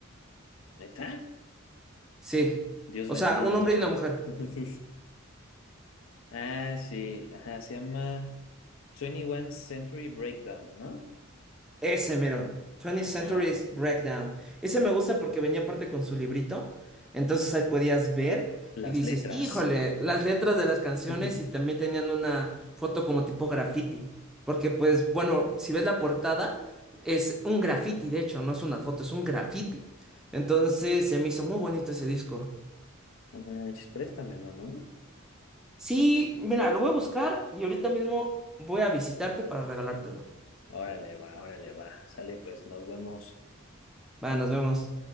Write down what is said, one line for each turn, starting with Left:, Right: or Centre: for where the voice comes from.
Left: ¿Neta?
Centre: sí,
Left: Dios
Centre: o
Left: bendito.
Centre: sea, un hombre y una mujer.
Left: <laughs> Ah, sí, ajá, se llama 21 Century Breakdown, ¿no?
Centre: Ese mero, 20th
Left: Ajá,
Centre: Century Breakdown. Ese me gusta porque venía aparte con su librito, entonces ahí podías ver
Left: las
Centre: y dices,
Left: letras.
Centre: híjole, las letras de las canciones
Left: <laughs>
Centre: y también tenían una foto como tipo graffiti, porque pues bueno, si ves la portada, es un graffiti, de hecho, no es una foto, es un graffiti. Entonces se me hizo muy bonito ese disco.
Left: No manches, préstamelo, ¿no?
Centre: Sí, mira, lo voy a buscar y ahorita mismo voy a visitarte para regalártelo.
Left: Órale, va, órale, va. Sale, pues, nos vemos.
Centre: Va, nos vemos.